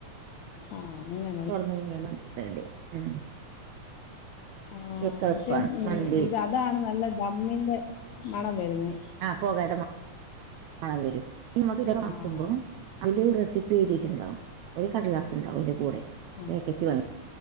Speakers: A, on the left (about 75°); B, on the right (about 80°).
A: ആഹ് അങ്ങനെ
B: തുറന്ന കഴിഞ്ഞാൽ വേണ്ടി ഉം
A: ആഹ്
B: വെക്കാപ്പാണ്
A: മറ്റേ മം
B: മന്തി
A: ഇത് അതാണ് നല്ല ദമ്മിന്റെ മണം വരുന്നത്
B: ആഹ് പോകെടെ മണം വരും. നമക്ക് ഇതൊക്ക
A: ആഹ്
B: നോക്കുമ്പോൾ അതില് റെസിപ്പ് എഴതിട്ടുണ്ടാവും. ഒരു കടലാസം ഉണ്ടാവും, അതില് കൂടെ
A: ഉം
B: പാക്കറ്റ് വാങ്ങ